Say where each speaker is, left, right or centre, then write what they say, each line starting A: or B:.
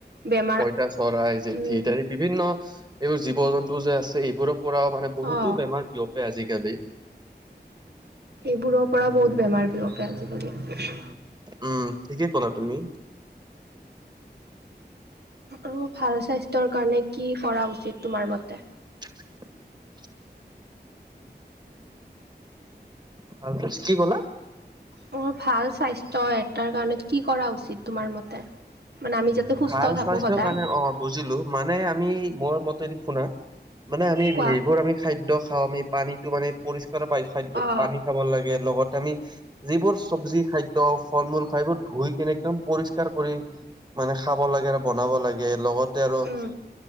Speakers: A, on the right; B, on the right.
A: বেমাৰ।
B: এয়া চৰাই জেঠি
A: উম
B: ইত্যাদি বিভিন্ন এইবোৰ জীৱ জন্তু যে আছে এইবোৰৰ পৰাও মানে। বহুতো
A: অ
B: বেমাৰ বিয়পে আজিকালি।
A: এইবোৰৰ পৰা বহুত বেমাৰ বিয়পে আজিকালি।
B: উম ঠিকেই কলা তুমি।
A: আৰু ভাল স্বাস্থ্যৰ কাৰণে কি কৰা উচিত তোমাৰ মতে-
B: <inaudible> তাপিছত, কি কলা?
A: মোৰ ভাল স্বাস্থ্য এটাৰ কাৰণে কি কৰা উচিত তোমাৰ মতে মানে আমি সুস্থ
B: ভাল
A: থাকোঁ
B: স্বাস্থ্যৰ
A: সদায়
B: কাৰণে অঁ বুজিলো মানে আমি মোৰ মতেদি শুনা- মানে আমি
A: কোৱা
B: সবোৰ আমি খাদ্য খাওঁ আমি পানীতো মানে পৰিষ্কাৰ পাই খাদ্য
A: অ
B: পানী- খাব লাগে, লগতে আমি- যিবোৰ চব্জি খাদ্য ফল মূল খাই, এইবোৰ ধুই কেনে একদম পৰিষ্কাৰ কৰি- মানে খাব লাগে আৰু বনাব লাগে লগতে আৰু।
A: উম